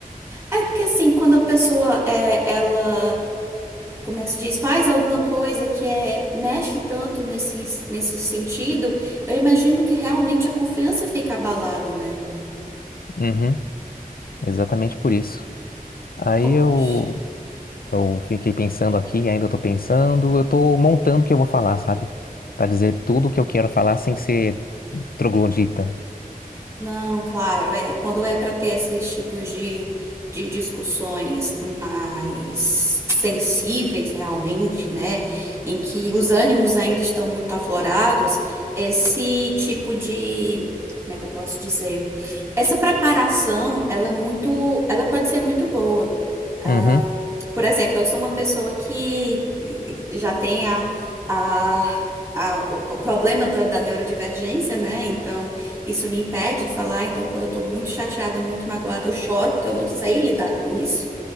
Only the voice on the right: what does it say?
É porque assim, quando a pessoa é, ela, como é que se diz, faz alguma coisa que é, mexe tanto nesse, nesse sentido, eu imagino que realmente a confiança fica abalada, né?
Poxa.
Não, claro, é. Quando é para ter esses tipos de, de discussões mais sensíveis, realmente, né? Em que os ânimos ainda estão muito aflorados, esse tipo de. Como é que eu posso dizer? Essa preparação, ela é muito, ela pode ser muito boa. Ah,
por exemplo, eu sou uma pessoa que já tem a, a- a- o, o problema da, da neurodivergência, né? Então, isso me impede de falar. Então, quando eu tô muito chateada, muito magoada, eu choro, porque eu não sei lidar com isso.